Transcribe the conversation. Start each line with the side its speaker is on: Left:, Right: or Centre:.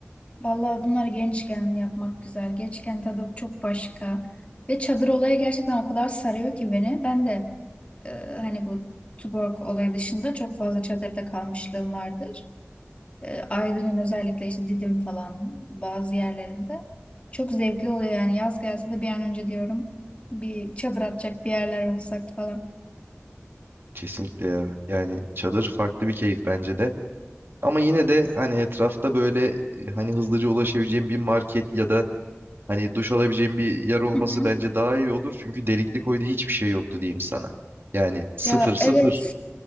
Left: Vallahi bunları gençken yapmak güzel. Gençken tadı çok başka. Ve çadır olayı gerçekten o kadar sarıyor ki beni. Ben de e, hani bu Tuborg olayı dışında çok fazla çadırda kalmışlığım vardır. E, Aydın'ın özellikle işte Didim falan bazı yerlerinde. Çok zevkli oluyor yani yaz gelse de bir an önce diyorum bir çadır atacak bir yerler olsak falan.
Right: Kesinlikle ya. Yani çadır farklı bir keyif bence de. Ama yine de hani etrafta böyle e, hani hızlıca ulaşabileceğim bir market ya da hani duş alabileceğim bir yer olması
Left: Hı hı.
Right: bence daha iyi olur. Çünkü delikli koyda hiçbir şey yoktu diyeyim sana. Yani sıfır
Left: Ya
Right: sıfır.
Left: evet